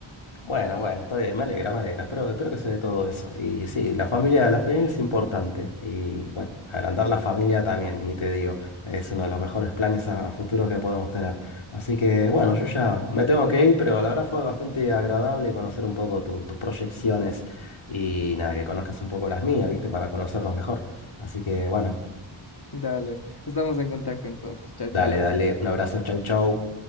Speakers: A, on the left; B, on the left.
A: Bueno, bueno, está bien, me alegra, me alegra. Espero, espero que se dé todo eso. Y sí, la familia, la familia es importante. Y bueno, agrandar la familia también, ni te digo. Es uno de los mejores planes a, a futuro que podemos tener. Así que bueno, yo ya me tengo que ir, pero la verdad fue bastante agradable conocer un poco tu- tus proyecciones y nada, que conozcas un poco las mías, ¿viste? Para conocernos mejor. Así que bueno,
B: Dale, estamos en contacto entonces. Chao, chao.
A: dale, dale, un abrazo, chau, chau.